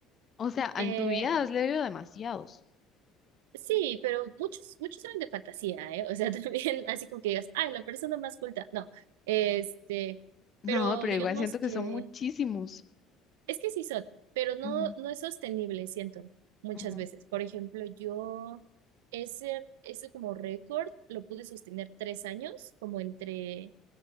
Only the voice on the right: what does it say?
eh,
sí, pero muchos, muchos eran de fantasía, ¿eh? O sea, <laughs> también así como que digas, ay, la persona más culta. No, este,
pero
digamos
que
Es que sí son, pero no,
no es sostenible, siento, muchas
veces. Por ejemplo, yo ese, ese como récord lo pude sostener tres años, como entre